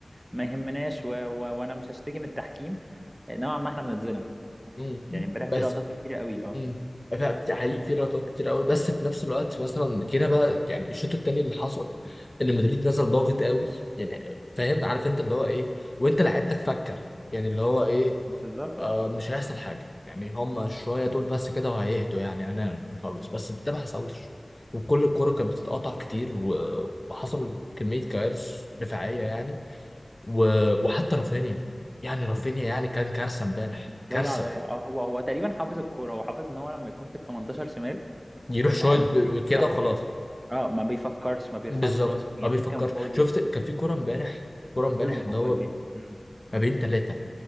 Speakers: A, on the right; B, on the left.
A: ما يهمناش و... و... وانا مش هشتكي من التحكيم نوعا ما احنا بنتظلم
B: مم.
A: يعني امبارح
B: بس
A: في لقطات كتيره قوي اه
B: مم. فبت- حقيقي في لقطات كتير قوي بس في نفس الوقت مثلا جينا بقى يعني الشوط التاني اللي حصل ان مدريد نزل ضاغط قوي يعني فاهم عارف انت اللي هو ايه وانت لعيبتك فكه يعني اللي هو ايه
A: بالظبط
B: آه
A: اه
B: مش هيحصل حاجه يعني هم شويه دول بس كده وهيهدوا يعني هنعرف نخلص بس ده ما حصلش وكل الكرة كانت بتتقطع كتير و- وحصل كمية كوارث دفاعية يعني و- وحتى رافينيا يعني رافينيا يعني كان كارثة امبارح
A: ضيع
B: كارثة
A: ضيع اه هو هو تقريبا حافظ الكوره هو حافظ ان هو لما يكون في ال 18 شمال
B: يروح شوية
A: آه،
B: ب-
A: بيحطها
B: كده وخلاص
A: اه ما بيفكرش ما بيرفعش
B: بالظبط
A: راسه يمين
B: ما بيفكرش
A: كان فاضي
B: شفت كان في كوره امبارح كوره امبارح
A: اولمو
B: اللي
A: كان
B: هو
A: فاضي فين مم.
B: ما بين ثلاثه